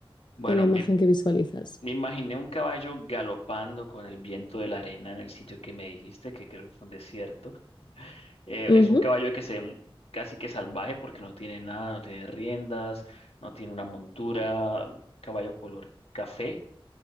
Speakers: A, on the left (about 85°); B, on the left (about 50°).
A: Bueno,
B: en la imagen
A: me
B: que visualizas.
A: Me imaginé un caballo galopando con el viento de la arena en el sitio que me dijiste, que creo que fue un desierto. Eh,
B: Ujú,
A: es un caballo que se ve mu- casi que salvaje porque no tiene nada, no tiene riendas, no tiene una montura, un caballo color café,